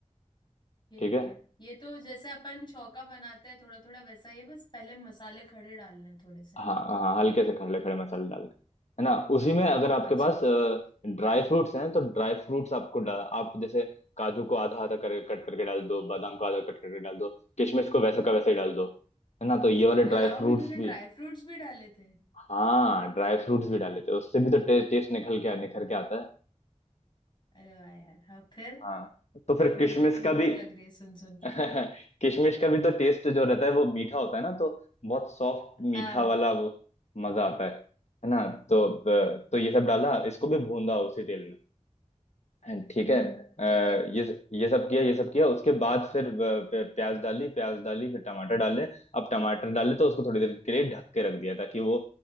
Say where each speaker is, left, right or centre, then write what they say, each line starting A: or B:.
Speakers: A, on the left; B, on the left.
A: ठीक
B: ठीक है
A: है ये तो जैसे अपन छौका बनाते हैं थोड़ा थोड़ा वैसा ही है बस पहले मसाले खड़े डालने हैं थोड़े से है
B: हाँ
A: ना
B: हाँ हल्के से खड़े खड़े मसाले डालने हैं। है ना उसी में अगर आपके
A: अच्छा
B: पास ड्राई फ्रूट्स हैं तो ड्राई फ्रूट्स आपको डा- आप जैसे काजू को आधा आधा कर कट करके डाल दो बादाम को आधा कट करके डाल दो किशमिश को वैसा का वैसे ही डाल दो है ना तो ये वाले
A: पुलाव
B: ड्राई फ्रूट्स
A: में तूने
B: भी
A: ड्राई फ्रूट्स भी डाले थे
B: हाँ ड्राई फ्रूट्स भी डाल लेते हैं उससे भी तो टेस्ट टेस्ट निकल के निखर के आता है
A: अरे वाह यार हाँ फिर
B: हाँ तो फिर
A: मेरे
B: किशमिश
A: को तो भूख
B: का भी
A: लग रही है
B: <laughs>
A: सुन सुन के
B: किशमिश का भी तो टेस्ट जो रहता है वो मीठा होता है ना तो बहुत सॉफ्ट मीठा
A: हाँ
B: वाला वो मजा आता है है ना तो ब- तो ये सब डाला इसको भी भूंदा उसी तेल में And ठीक
A: हम्म
B: है अ,
A: ठीक है
B: ये ये सब किया ये सब किया उसके बाद फिर अ, प- प्याज डाली प्याज डाली फिर टमाटर डाले अब टमाटर डाले तो उसको थोड़ी देर के लिए ढक के रख दिया ताकि वो